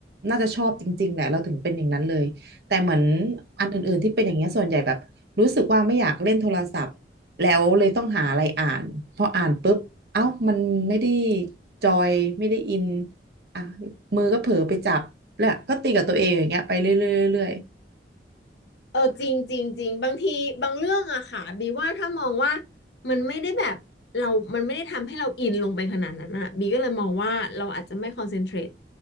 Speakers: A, on the right (about 65°); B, on the left (about 75°).
A: น่าจะชอบจริงๆแหละเราถึงเป็นอย่างนั้นเลยแต่เหมือนอันอื่นๆที่เป็นอย่างเงี้ยส่วนใหญ่แบบรู้สึกว่าไม่อยากเล่นโทรศัพท์แล้วเลยต้องหาอะไรอ่านพออ่านปุ๊บเอ้ามันไม่ได้จอยไม่ได้อินอ่ะมือก็เผลอไปจับแล้วก็ตีกับตัวเองอย่างเงี้ยไปเรื่อยๆเรื่อย
B: เออจริงจริงจริงบางทีบางเรื่องอะค่ะบีว่าถ้ามองว่ามันไม่ได้แบบเรามันไม่ได้ทำให้เราอินลงไปขนาดนั้นอะบีก็เลยมองว่าเราอาจจะไม่คอนเซนเทรต